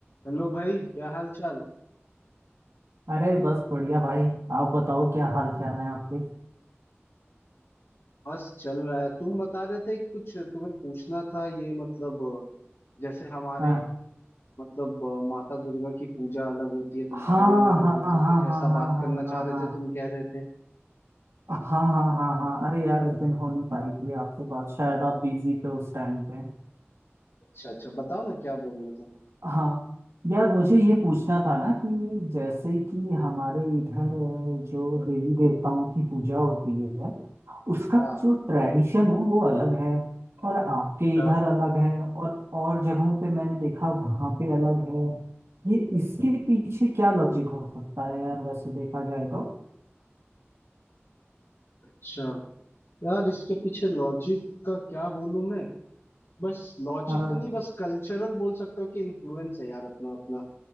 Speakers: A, on the left; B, on the right.
A: Hello भाई क्या हाल चाल
B: अरे बस बढ़िया भाई आप बताओ क्या हाल चाल है आपके
A: बस चल रहा है तुम बता रहे थे कि कुछ तुम्हें पूछना था ये मतलब अ, जैसे हमारे
B: हाँ
A: मतलब अ, माता दुर्गा की पूजा अलग होती है तुम्हारे
B: हाँ
A: वहाँ अलग
B: हाँ
A: होती
B: हाँ
A: है कुछ
B: हाँ हाँ
A: ऐसा बात
B: हाँ
A: करना चाह
B: हाँ
A: रहे
B: हाँ
A: थे तुम कह रहे थे
B: हाँ हाँ हाँ हाँ, हाँ। अरे यार उस दिन हो नहीं पाई थी आपसे बात शायद आप बिजी थे उस टाइम पे
A: अच्छा अच्छा बताओ ना क्या बोलना था
B: हाँ यार मुझे ये पूछना था ना कि जैसे कि हमारे इधर अ, जो देवी देवताओं की पूजा होती है उसका
A: हाँ
B: जो ट्रेडिशन है वो अलग है और आपके
A: अच्छा
B: इधर अलग है और और जगहों पे मैंने देखा वहाँ पे अलग है ये इसके पीछे क्या लॉजिक हो सकता है यार वैसे देखा जाए तो
A: अच्छा यार इसके पीछे लॉजिक का क्या बोलूं मैं बस लॉजिक
B: हाँ
A: तो नहीं बस कल्चरल बोल सकता हूँ कि इन्फ्लुएंस है यार अपना अपना